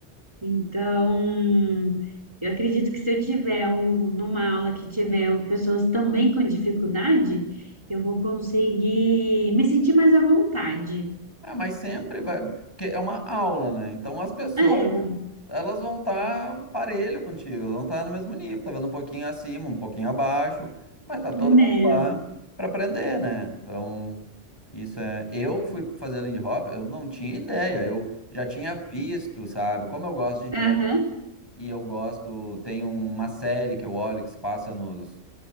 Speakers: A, on the right; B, on the left.
A: Então, eu acredito que se eu tiver um- numa aula que tiver pessoas também com dificuldade, eu vou conseguir me sentir mais à vontade.
B: Ah, mas sempre vai, porque é uma aula, né? Então as pessoas,
A: É,
B: elas vão estar parelho contigo, elas vão estar no mesmo nível, talvez um pouquinho acima, um pouquinho abaixo, mas tá todo
A: né?
B: mundo lá para aprender, né? Então, isso é, eu fui fazer Lindy Hop, eu não tinha ideia, eu já tinha visto, sabe? Como eu gosto de jazz
A: Aham.
B: e eu gosto, tem uma série que eu olho que se passa nos